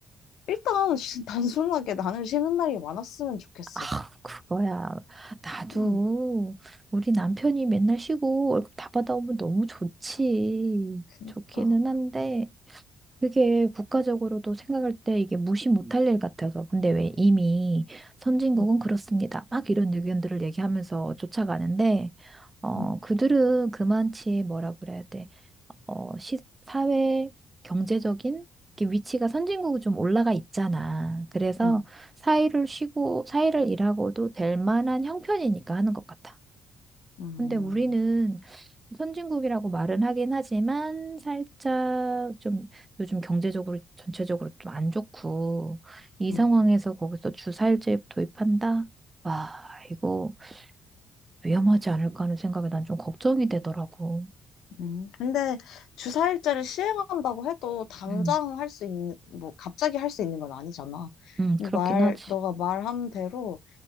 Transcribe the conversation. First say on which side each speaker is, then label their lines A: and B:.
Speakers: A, on the left; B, on the right.
A: 일단, <laughs> 시- 단순하게 나는 쉬는 날이 많았으면 좋겠어.
B: <laughs> 그거야. 나도
A: 응,
B: 우리 남편이 맨날 쉬고 월급 다 받아오면 너무 좋지.
A: 그니까.
B: 좋기는 한데, 그게 국가적으로도 생각할 때 이게 무시 음, 못할 일 같아서. 근데 왜 이미 선진국은
A: 응,
B: 그렇습니다. 막 이런 의견들을 얘기하면서 쫓아가는데, 어,
A: 응,
B: 그들은 그만치 뭐라 그래야 돼. 어, 시, 사회, 경제적인 이렇게 위치가 선진국이 좀 올라가 있잖아. 그래서
A: 응,
B: 사이를 쉬고, 사이를 일하고도 될 만한 형편이니까 하는 것 같아.
A: 응,
B: 근데 우리는 선진국이라고 말은 하긴 하지만 살짝 좀 요즘 경제적으로 전체적으로 좀 안 좋고 이
A: 응.
B: 상황에서 거기서 주사일제 도입한다? 와, 이거 위험하지 않을까 하는 생각에 난 좀 걱정이 되더라고.
A: 응. 근데 주사일제를 시행한다고 해도 당장
B: 음,
A: 할 수 있는, 뭐, 갑자기 할 수 있는 건 아니잖아.
B: 음, 그렇긴
A: 말,
B: 하지.
A: 너가 말한 대로